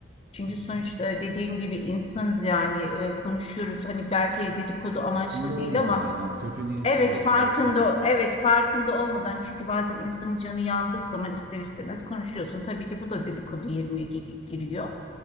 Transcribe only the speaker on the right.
tabii
canım.
Farkında olmadan
yani kötü niyetli
değil
farkında.